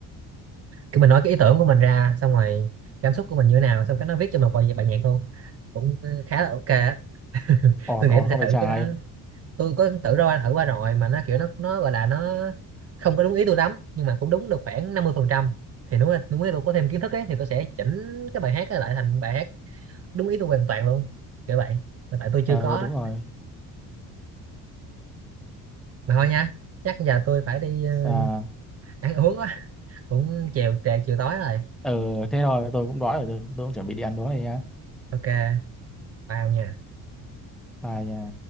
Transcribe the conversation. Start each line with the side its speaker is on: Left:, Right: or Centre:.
Right: kiểu mình nói cái ý tưởng của mình ra xong rồi cảm xúc của mình như thế nào xong cái nó viết cho một bài bài nhạc luôn cũng khá là ok á
Centre: ổn
Right: tôi nghĩ
Centre: ổn
Right: tôi
Centre: không
Right: sẽ
Centre: phải
Right: thử
Centre: trái
Right: cái đó tôi có tự ra thử qua rồi mà nó kiểu nó nó gọi là nó không có đúng ý tôi lắm nhưng mà cũng đúng được khoảng năm mươi phần trăm thì nếu mà đúng ý tôi có thêm kiến thức ấy thì tôi sẽ chỉnh cái bài hát ấy lại thành bài hát đúng ý tôi hoàn toàn luôn kiểu vậy mà tại tôi
Centre: ờ
Right: chưa có
Centre: đúng rồi
Right: mà thôi nha chắc giờ tôi phải đi ờ,
Centre: à
Right: ăn uống á cũng chiều trễ chiều tối rồi
Centre: ừ thế rồi tôi cũng đói rồi tôi, tôi cũng chuẩn bị đi ăn đói này nhá
Right: ok bye ông nha
Centre: bye nha